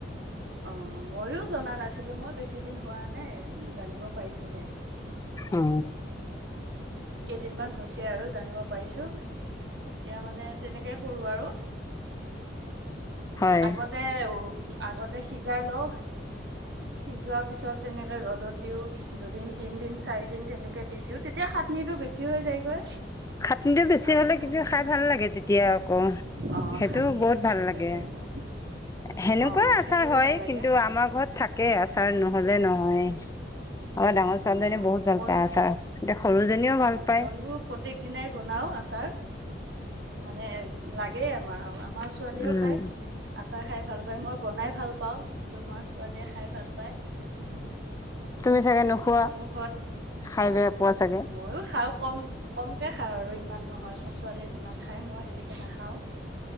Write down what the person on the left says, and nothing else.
অ
হয়
খাটনিটো বেছি
হলে, কিন্তু খাই ভাল লাগে তেতিয়া আকৌ।
সেইটো
বহুত
ভাল লাগে।
সেনেকুৱাই
আচাৰ
হয়।
কিন্তু আমাৰ ঘৰত থাকেই আচাৰ নহলে নহয়। আমাৰ ডাঙৰ ছোৱালীজনী
বহুত ভাল
পায় আচাৰ। এতিয়া সৰু জনীও ভাল
পায়।
উম
তুমি চাগে নোখোৱা।
খাই বেয়া পোৱা চাগে?